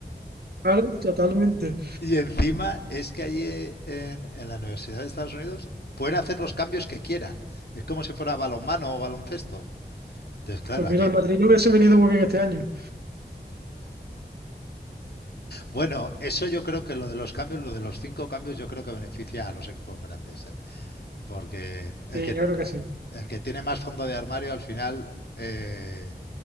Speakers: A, on the right; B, on the left.
A: Claro, totalmente.
B: Y encima es que allí en, en la Universidad de Estados Unidos pueden hacer los cambios que quieran. Es como si fuera balonmano o baloncesto. Entonces, claro,
A: Pues
B: allí...
A: mira, el Madrid no hubiese venido muy bien este año.
B: Bueno, eso yo creo que lo de los cambios, lo de los cinco cambios, yo creo que beneficia a los equipos grandes. ¿eh? Porque el
A: Sí,
B: que,
A: yo creo que sí.
B: el que tiene más fondo de armario al final eh,